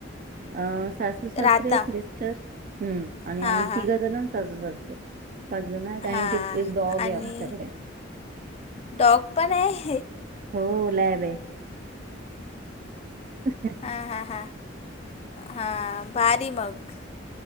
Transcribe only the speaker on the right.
अं... सासू सासरे
हेत, मिस्टर... हम्म... आणि
आम्ही
तिघं जणं... आणि सासू सासरे. पाचजण आहेत.... आणि...
टी... एक डॉग
आहे आमच्याकडे.
हो... लॅब ए... अंहं.